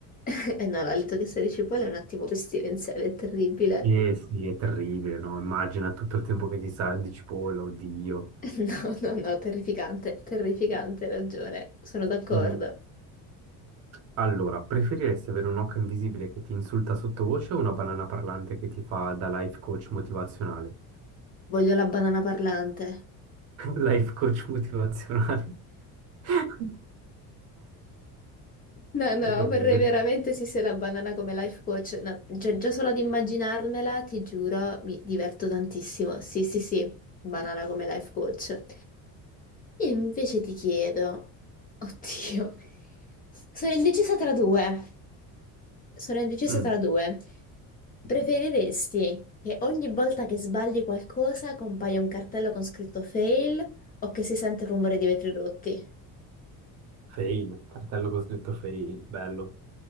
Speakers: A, on the left; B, on the right.
A: <laughs> Eh no, l'alito che sa di cipolla è un attimo pestilenziale, è terribile.
B: Eh sì, è terribile, no? Immagina tutto il tempo che ti sa di cipolla, oddio.
A: <laughs> No, no, no, terrificante, terrificante, hai ragione, sono d'accordo.
B: Mm. Allora, preferiresti avere un occhio invisibile che ti insulta sottovoce o una banana parlante che ti fa da life coach motivazionale?
A: Voglio la banana parlante.
B: <laughs> Life coach motivazionale. <laughs>
A: No, no,
B: Che ridere.
A: vorrei veramente sì se la banana come life coach. No, già, già solo ad immaginarmela, ti giuro, mi diverto tantissimo. Sì, sì, sì, banana come life coach. Io invece ti chiedo, oddio, sono indecisa tra due. Sono indecisa
B: Mm,
A: tra due. Preferiresti che ogni volta che sbagli qualcosa compaia un cartello con scritto fail o che si sente il rumore di vetri rotti?
B: Fail, cartello con scritto fail, bello.